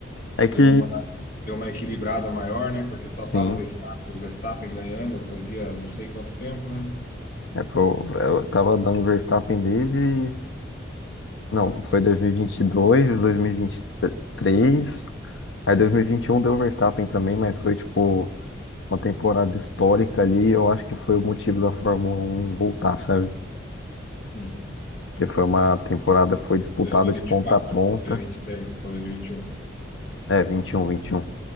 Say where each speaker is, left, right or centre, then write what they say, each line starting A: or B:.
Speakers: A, on the left (about 75°); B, on the left (about 50°).
A: É
B: Deu
A: que,
B: uma, deu uma equilibrada maior, né? Porque só
A: sim.
B: tava o Verstappen, o Verstappen ganhando fazia não sei quanto tempo, né?
A: É, foi, eu tava dando Verstappen desde. Não, foi 2022, 2023. Aí 2021 deu Verstappen também, mas foi tipo uma temporada histórica ali. Eu acho que foi o motivo da Fórmula um voltar, sabe?
B: Hum.
A: Que foi uma temporada que foi disputada
B: 2024,
A: de ponta a ponta.
B: 2023, 2021.
A: É, 21, 21.